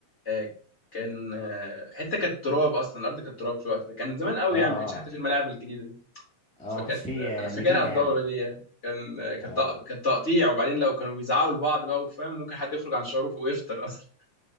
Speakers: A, on the left; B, in the centre.
A: آه، كان آه، حته كانت تراب اصلا الارض كانت تراب في الوقت ده كان زمان قوي
B: اه
A: يعني ما كانش حتى
B: آه.
A: في الملاعب الجديده دي
B: اه
A: فكانت
B: ما كانش فيه
A: انا فاكرها
B: آه، نجيله
A: الدوره
B: يعني
A: دي يعني. كان آه، كانت
B: اه
A: تق- كان تقطيع وبعدين لو كانوا بيزعقوا لبعض بقى وفاهم ممكن حد يخرج عن شعوره ويفطر اصلا